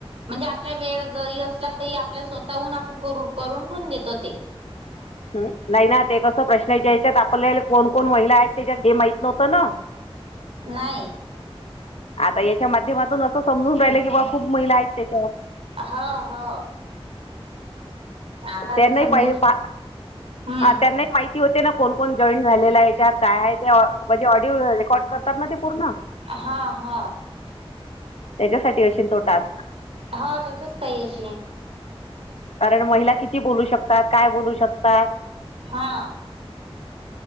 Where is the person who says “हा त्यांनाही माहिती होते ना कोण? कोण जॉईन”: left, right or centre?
Left